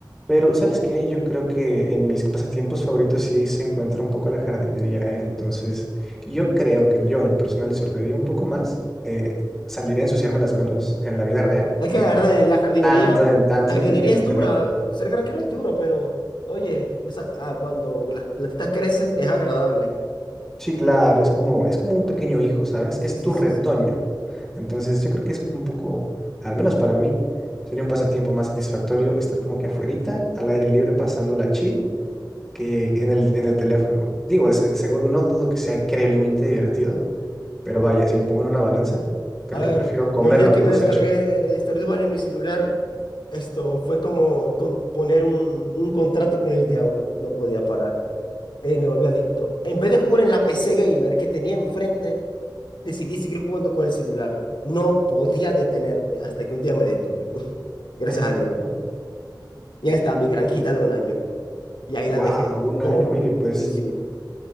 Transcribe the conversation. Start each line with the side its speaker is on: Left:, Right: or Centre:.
Centre: Pero, ¿sabes qué? Yo creo que en mis pasatiempos favoritos sí se encuentra un poco la jardinería, ¿eh? Entonces, yo creo que yo en lo personal disfrutaría un poco más eh, salir a ensuciarme las manos en la vida real
Left: Es
Centre: que
Left: que la verdad, la jardinería,
Centre: tanto en, tanto
Left: la jardinería
Centre: en el, en
Left: es
Centre: el
Left: dura,
Centre: teléfono.
Left: ser granjero es duro, pero oye, esa, ah, cuando las plantitas crecen es agradable.
Centre: Sí, claro, es como, es como un pequeño hijo, ¿sabes?
Left: Sí,
Centre: Es
Left: sí,
Centre: tu
Left: sí,
Centre: retoño.
Left: sí.
Centre: Entonces, yo creo que es un poco, al menos para mí, sería un pasatiempo más satisfactorio estar como que afuerita, al aire libre, pasándola chill que en el, en el teléfono. Digo, de se- de seguro no dudo que sea increíblemente divertido, pero vaya, si lo pongo en una balanza, creo
Left: A ver,
Centre: que prefiero comer
Left: yo el día
Centre: lo que
Left: que
Centre: cosecho.
Left: me descargué el Stardew Valley en mi celular, esto fue como con- poner un, un contrato con el diablo, no podía parar. Eh, me volví adicto. En vez de jugar en la PC gamer que tenía enfrente, decidí seguir jugando con el celular. No podía detenerme hasta que un día me detuve. <laughs> Gracias
Centre: <laughs>
Left: a Dios. Ya está mi granjita de un año. Y ahí
Centre: Wow,
Left: la dejé.
Centre: un
Left: Como,
Centre: año. Oye, pues
Left: sí, sí,